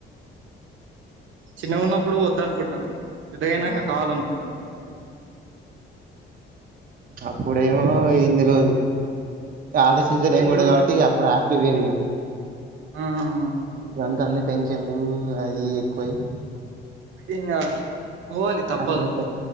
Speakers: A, on the right (about 75°); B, on the right (about 45°).
A: చిన్నగ ఉన్నప్పుడు వద్దన్కుంటాం, పెద్దగయినాక
B: ఆ
A: కావాలన్కుంటాం.
B: అప్పుడేమో ఏం తెల్వదు ఆలోచించలేమ్
A: అప్పుడేం
B: గుడ,
A: తెలవదు
B: గవట్టిగ
A: కదా
B: అప్పుడు హ్యాపీ వేరిగా.
A: ఆ
B: ఇప్పుడంతా అన్ని టెన్షన్లు అయి ఎక్కువయి
A: మ <unintelligible> ఇంగా పోవాలి తప్పదు
B: హ్యాపీనెస్తక్